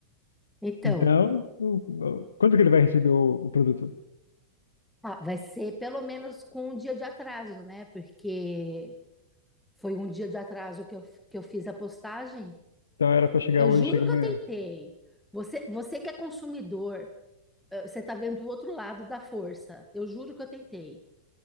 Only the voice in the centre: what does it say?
Então,
Ah, vai ser pelo menos com um dia de atraso, né? Porque foi um dia de atraso que eu, que eu fiz a postagem.
Eu
juro
que eu tentei. Você, você que é consumidor, eh, você tá vendo o outro lado da força. Eu juro que eu tentei.